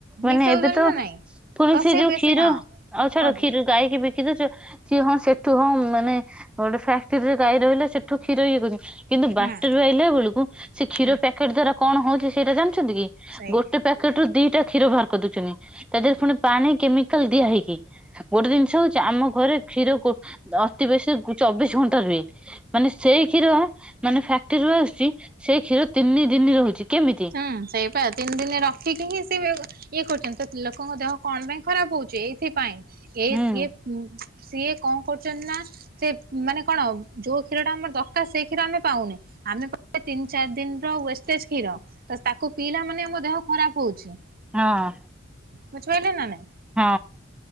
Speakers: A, in the centre; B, on the right.
A: ମାନେ
B: ମିଶଉଛନ୍ତି
A: ଏବେ ତ
B: ନା ନାଇଁ?
A: ପୁଣି
B: ତ
A: ସେ ଯୋଉ
B: ବେଶୀ
A: କ୍ଷୀର
B: ହଁ
A: ଆଉ ଛାଡ
B: କୁହନ୍ତୁ।
A: କ୍ଷୀର। ଗାଈକି ବିକି ଦଉଚୁ ସିଏ ହଁ ସେଠୁ ହଁ ମାନେ ଗୋଟେ ଫ୍ୟାକ୍ଟରିରେ ଗାଈ ରହିଲେ ସେ ଠୁ କ୍ଷୀର ଇଏ କରୁଛନ୍ତି କିନ୍ତୁ ବାଟରୁ
B: ହୁଁ।
A: ଆଇଲା ବେଳକୁ ସେ କ୍ଷୀର
B: ହୁଁ।
A: ପ୍ୟା କେଟ ଦ୍ଵାରା କଣ ହଉଛି ସେଇଟା ଜାଣିଛନ୍ତି କି
B: ସେଇଆ।
A: ଗୋଟେ। ପ୍ୟାକେଟ ରୁ ଦିଟା କ୍ଷୀର ବାହାର କରିଦଉଛନ୍ତି ତା ଦେହରୁ ପୁଣି ପାଣି, କେମିକାଲ ଦିଆ ହେଇକି। ଗୋଟେ ଜିନିଷ ହଉଛି ଆମ ଘରେ କ୍ଷୀର ଗୁ ଅତି ବେଶୀ ଗୁ ଚବିଶ ଘଣ୍ଟା ରୁହେ ମାନେ ସେଇ କ୍ଷୀର ମାନେ ଫ୍ୟାକ୍ଟ୍ରିରୁୁ ଆସୁଛି। ସେଇ କ୍ଷୀର ତିନି ଦିନି ରହୁଛି କେମିତି।
B: ହୁଁ ସେଇପା ତିନ ଦିନି ରଖିକି ହିଁ ସେ ଇଏ କରୁଚନ୍ତି ତ ଲୋକଙ୍କ ଦେହ କଣ ପାଇଁ ଖରାପ ହଉ ଚେଇଥିପାଇଁ ଏଇ
A: ହୁଁ
B: ସିଏ ଉଁ ସିଏ କଁ କରୁଚନ୍ତି ନା ସେ ମାନେ କଣ ଯୋଉ କ୍ଷୀର ଟା ଆମର ଦରକାର ସେଇ କ୍ଷୀର ଆମେ ପାଉନେ। ଆମେ ପାଉଚେ ତିନି ଚାରି ଦିନ ର ୱେଷ୍ଟେଜ କ୍ଷୀର। ତ ତାକୁ ପିଇଲା ମାନେ ଆମ ଦେହ ଖରାପ ହଉଚି।
A: ହଁ।
B: ବୁଝିପାଇଲୁ ନା ନାଇଁ
A: ହଁ